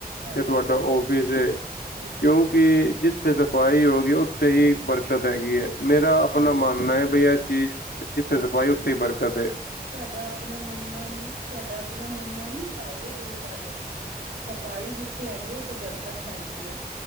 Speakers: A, on the right; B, on the left.
A: ਹਾਂਜੀ
B: ਤੇ ਤੁਆਡਾ
A: ਹਾਂਜੀ
B: ਔਫਿਸ ਏ,
A: ਬਿਲਕੁਲ
B: ਕਿਉਂ ਕੀ ਜੀਥੇ ਸਫ਼ਾਈ ਹੋ ਗਈ ਓਥੇ ਈ ਬਰਕਤ ਹੈਗੀ ਐ। ਮੇਰਾ ਆਪਣਾ
A: ਹਾਂਜੀ
B: ਮੰਨ ਐ ਬਈ ਏ ਚੀਜ਼ ਜੀਥੇ ਸਫਾਈ ਓਥੇ ਈ ਬਰਕਤ ਐ।
A: ਤੁਆਡਾ ਅਪਣਾ ਮੰਨਣਾ ਨੀ, ਤੁਆਡਾ ਅਪਣਾ ਮੰਨਣਾ ਨੀ ਹੈ ਈ ਆਈ ਓ ਗੱਲ ਏ। ਸਫ਼ਾਈ ਜੀਥੇ ਹੈਗੀ ਆ ਓਥੇ ਬਰਕਤ ਹੈਗੀ ਐ,